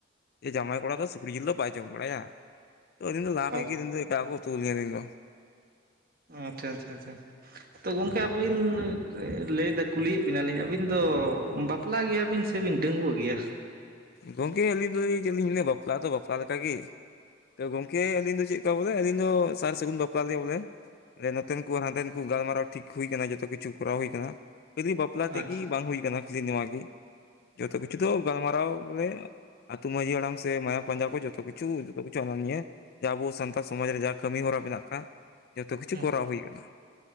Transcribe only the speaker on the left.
ᱡᱮ ᱡᱟᱢᱟᱭ ᱠᱚᱲᱟ ᱫᱚ ᱥᱩᱠᱨᱤ ᱡᱤᱞ ᱫᱚ ᱵᱟᱭ ᱡᱚᱢ ᱵᱟᱲᱟᱭᱟ ᱛᱚ ᱩᱱᱤ ᱫᱚ ᱞᱟᱦᱟ
ᱠᱷᱚᱱ ᱜᱮ ᱮᱴᱟᱜᱟᱜ ᱠᱚ ᱩᱛᱩ ᱟᱫᱮᱭᱟ ᱠᱚ
ᱜᱚᱝᱠᱮ ᱟᱹᱞᱤᱧ ᱫᱚᱞᱤᱧ ᱪᱮᱫ ᱞᱤᱧ ᱞᱟᱹᱭᱟ ᱵᱟᱯᱞᱟ ᱫᱚ ᱵᱟᱯᱞᱟ ᱞᱮᱠᱟ ᱜᱮ᱾ ᱛᱚ ᱜᱚᱝᱠᱮ ᱟᱹᱞᱤᱧ ᱫᱚ ᱪᱮᱫ ᱞᱮᱠᱟ ᱵᱚᱞᱮ ᱟᱹᱞᱤᱧ ᱫᱚ ᱥᱟᱨ ᱥᱟᱹᱜᱩᱱ ᱵᱟᱯᱞᱟ ᱜᱮ ᱵᱚᱞᱮ᱾ ᱱᱚᱛᱮᱱ ᱠᱚ ᱦᱟᱸᱰᱮᱱ ᱠᱚ ᱜᱟᱞᱢᱟᱨᱟᱣ ᱴᱷᱤᱠ ᱦᱩᱭ ᱟᱠᱟᱱᱟ ᱡᱚᱛᱚ ᱠᱤᱪᱷᱩ ᱠᱚᱨᱟᱣ ᱦᱩᱭ ᱟᱠᱟᱱᱟ᱾ <unintelligible> ᱠᱷᱟᱹᱞᱤ ᱵᱟᱯᱞᱟ ᱛᱮᱜᱮ
ᱵᱟᱝ ᱦᱩᱭ ᱟᱠᱟᱱᱟ ᱠᱷᱟᱹᱞᱤ ᱱᱚᱣᱟ ᱜᱮ ᱡᱚᱛᱚ ᱠᱤᱪᱷᱩ ᱫᱚ ᱜᱟᱞᱢᱟᱨᱟᱣ ᱵᱚᱞᱮ ᱟᱹᱛᱩ ᱢᱟᱺᱡᱷᱤ ᱦᱟᱲᱟᱢ ᱥᱮ ᱢᱟᱭᱟᱢ ᱯᱟᱸᱡᱟ ᱠᱚ ᱡᱚᱛᱚ ᱠᱤᱪᱷᱩ ᱡᱚᱛᱚ ᱠᱤᱪᱷᱩ ᱦᱟᱱᱟ ᱱᱤᱭᱟᱹ ᱡᱮ ᱟᱵᱚ ᱥᱟᱱᱛᱟᱲ ᱥᱚᱢᱟᱡᱽ ᱨᱮ ᱡᱟ ᱠᱟᱹᱢᱤᱦᱚᱨᱟ ᱢᱮᱱᱟᱜ-ᱟ, ᱡᱚᱛᱚ ᱠᱤᱪᱷᱩ
ᱠᱚᱨᱟᱣ ᱦᱩᱭ ᱟᱠᱟᱱᱟ᱾